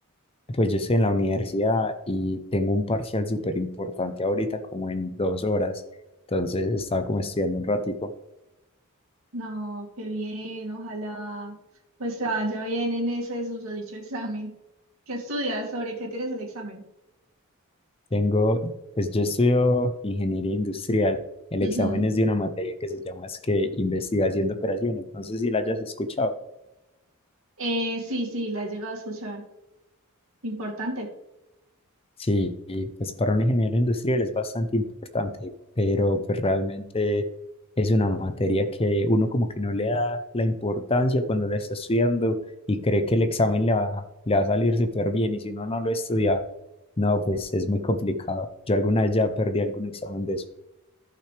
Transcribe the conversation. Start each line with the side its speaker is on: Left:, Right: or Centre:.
Left: pues yo estoy en la universidad y tengo un parcial súper importante ahorita como en dos horas, entonces estaba como estudiando un ratico.
Right: No, qué bien, ojalá pues te vaya bien en ese susodicho examen. ¿Qué estudias? ¿Sobre qué tienes el examen?
Left: Tengo, pues yo estudio ingeniería industrial, el examen
Right: Ujú.
Left: es de una materia que se llama es que investigación de operaciones, no sé si la hayas escuchado.
Right: Eh, sí, sí, la he llegado a escuchar. Importante.
Left: Sí, y pues para un ingeniero industrial es bastante importante, pero pues realmente es una materia que uno como que no le da la importancia cuando la está estudiando y cree que el examen le va, le va a salir súper bien y si uno no lo estudia, no, pues es muy complicado. Yo alguna vez ya perdí algún examen de eso.